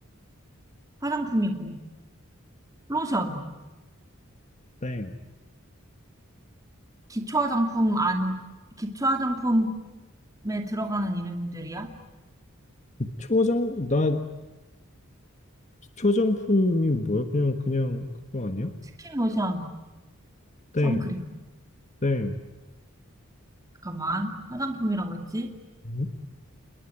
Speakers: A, on the right; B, on the left.
A: 화장품이고, 로션,
B: 땡.
A: 기초 화장품 안, 기초 화장품에 들어가는 이름들이야?
B: 초정? 나 기초정품이 뭐야? 그냥 그냥 그거 아니야?
A: 스킨 로션,
B: 땡,
A: 선크림.
B: 땡.
A: 잠깐만. 화장품이라고 했지?
B: 음?